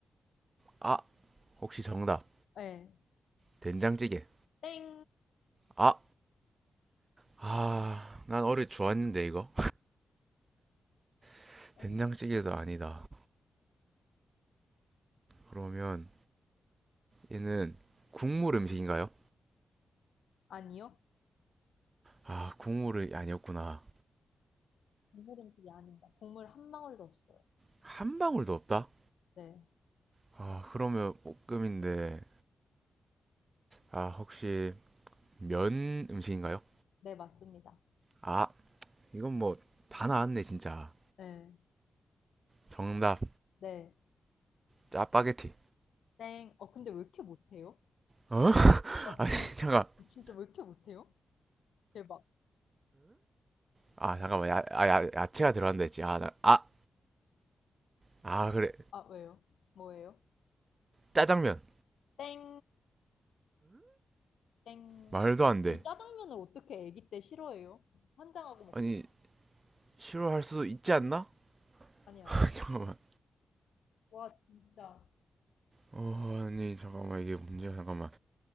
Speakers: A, on the right (about 35°); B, on the left (about 85°).
A: 아, 혹시 정답.
B: 네.
A: 된장찌개.
B: 땡,
A: 아, 아, 난 어릴 때 좋았는데 이거. <laughs>
B: 땡,
A: 된장찌개도 아니다. 그러면 얘는 국물 음식인가요?
B: 아니요.
A: 아, 국물이 아니었구나.
B: 국물 음식이 아닙니다. 국물 한 방울도 없어요.
A: 한 방울도 없다?
B: 네.
A: 아, 그러면 볶음인데. 아, 혹시 면 음식인가요?
B: 네, 맞습니다.
A: 아, 이건 뭐 다 나왔네 진짜.
B: 네.
A: 정답
B: 네.
A: 짜파게티.
B: 땡. 어, 근데 왜 이렇게 못해요?
A: 어,
B: 아
A: 아니
B: 진,
A: 잠깐 <laughs>
B: 진짜 왜 이렇게 못해요? 대박.
A: 아 잠깐만 야, 아, 야, 야채가 들어간다 했지 아아아 아, 아, 그래
B: 아, 왜요? 뭐예요?
A: 짜장면
B: 땡, 땡.
A: 말도 안 돼
B: 아니, 짜장면을 어떻게 아기 때 싫어해요? 환장하고 먹,
A: 아니 싫어할 수도 있지 않나
B: 아니, 아니.
A: <laughs> 잠깐만
B: 와, 진짜.
A: 어 아니 잠깐만 이게 문제야 잠깐만